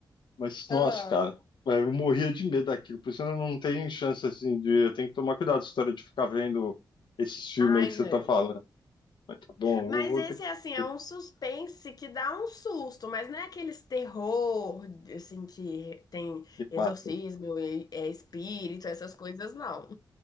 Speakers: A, on the left; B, on the left.
A: Mas, nossa,
B: Ah,
A: cara, é, eu morria de medo daquilo. Por isso eu não tenho chance, assim, de... Eu tenho que tomar cuidado com a história de ficar vendo esses filmes
B: ai,
A: aí que você
B: é.
A: tá falando. Mas tá bom, eu
B: Mas
A: vou
B: esse,
A: daqui
B: assim, é
A: ver
B: um
A: se
B: suspense que dá um susto, mas não é aqueles terror, assim, que tem
A: me
B: exorcismo,
A: mata.
B: é é espírito, essas coisas, não.